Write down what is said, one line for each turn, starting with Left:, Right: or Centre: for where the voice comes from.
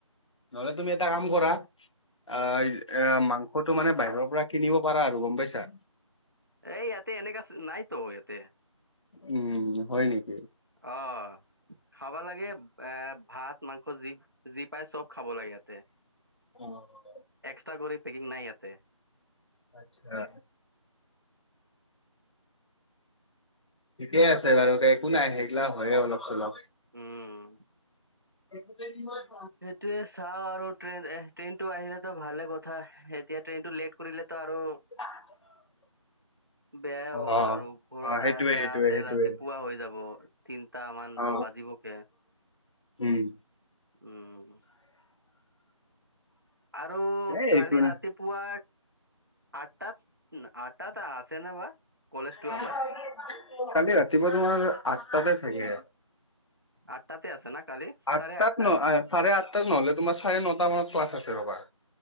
Left: নহলে তুমি এটা কাম কৰা অ এ মাং সটো মানে বাহিৰৰ পৰা কিনিব পাৰা আৰু গম পাইছা।
Right: এই ইয়াতে এনেকা নাই ত ইয়াতে।
Left: উম, হয় নেকি?
Right: অহ। খাব লাগে এ ভাত মাংস যি যি পায় চব খাব লাগে ইয়াতে।
Left: অ'।
Right: এক্সট্ৰা কৰি পেকিং নাই ইয়াতে।
Left: আচ্ছা। ঠিকেই আছে বাৰু দে একো নাই সেইগিলা হয়ে অলপ চলপ।
Right: উম,।
Left: <unintelligible>
Right: সেইটোৱে চাও আৰু ট্ৰেইন এ ট্ৰেইনটো আহিলেতো ভালে কথা, এতিয়া ট্ৰেইনটো লেট কৰিলে ত আৰু
Left: <inaudible>
Right: বেয়াই
Left: অ
Right: হ'ব আৰু ঘৰত
Left: অ সেইটোৱে
Right: আহাতে
Left: সেইটোৱে
Right: আহাতে
Left: সেইটোৱে
Right: ৰাতিপুৱা হৈ যাব। তিনটা মান
Left: অ
Right: ত বাজিবগে।
Left: উম।
Right: উম। আৰু
Left: এ
Right: কালি
Left: একো নাই
Right: ৰাতি পুৱা আঠটাত আঠটাত আছেনে বা? কলেজটো
Left: <unintelligible>
Right: আমাৰ
Left: কালি ৰাতিপুৱা তোমাৰ আঠটাতে থাকে।
Right: আঠটাতে আছে না কালি
Left: আঠ
Right: চাৰে
Left: তাত
Right: আঠটা
Left: ন চাৰে আঠ টাত নহ'লে তোমাৰ চাৰে নটা মানত বাছ আছে ৰবা।